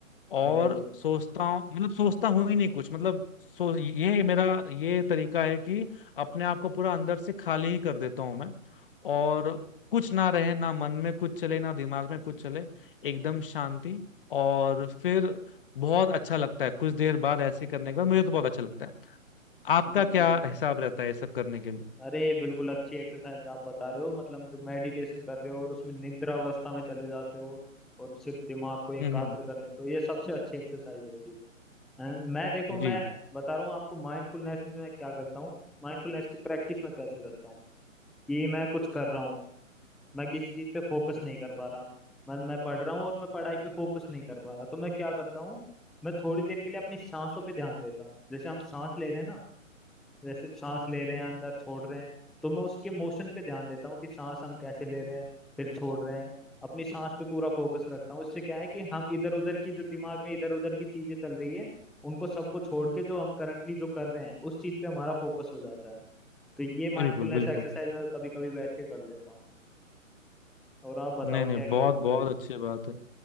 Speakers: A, on the left (about 40°); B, in the centre.
A: और
B: अरे
A: सोचता हूँ मतलब सोचता हूँ ही नहीं कुछ मतलब सो ये मेरा ये तरीका है कि अपने आप को पूरा अंदर से खाली ही कर देता हूँ मैं और कुछ ना रहे ना मन में कुछ चले ना दिमाग में कुछ चले एकदम शांति और फिर बहुत अच्छा लगता है कुछ देर बाद ऐसे करने के बाद मुझे तो बहुत अच्छा लगता है आपका
B: बिल्कुल
A: क्या हिसाब रहता है ये सब करने के लिए
B: अरे बिल्कुल अच्छी एक्सरसाइज आप बता रहे हो मतलब जो मेडिटेशन कर रहे हो और उसमें निद्रा अवस्था में चले जाते हो और सिर्फ दिमाग को एकाग्र
A: हम्म हम्म,
B: कर लेते हो ये सबसे अच्छी एक्सरसाइज होती है हैं? मैं देखो मैं
A: जी
B: बता रहा हूँ आपको माइंडफुलनेस में मैं क्या करता हूँ माइंडफुलनेस की प्रैक्टिस में कैसे करता हूँ कि मैं कुछ कर रहा हूँ मैं किसी चीज पे फोकस नहीं कर पा रहा मैं मैं पढ़ रहा हूँ और मैं पढ़ाई पे फोकस नहीं कर पा रहा तो मैं क्या करता हूँ मैं थोड़ी देर के लिए अपनी सांसों पे ध्यान देता हूँ जैसे हम सांस ले रहे हैं ना जैसे सांस ले रहे हैं अंदर छोड़ रहे हैं तो मैं उसके मोशन पे ध्यान देता हूँ कि सांस हम कैसे ले रहे हैं फिर छोड़ रहे हैं अपनी सांस पे पूरा फोकस रखता हूँ इससे क्या है कि हम इधर उधर की जो दिमाग में इधर उधर की चीजें चल रही है उनको सबको छोड़ के जो हम करंटली जो कर रहे हैं उस चीज पे हमारा फोकस हो जाता है तो ये माइंडफुलनेस
A: बिल्कुल बिल्कुल
B: एक्सरसाइज मैं कभी कभी बैठ के कर लेता हूँ और आप बताओ
A: नहीं नहीं
B: क्या क्या
A: बहुत
B: और
A: बहुत
B: कर रहे
A: अच्छी बात है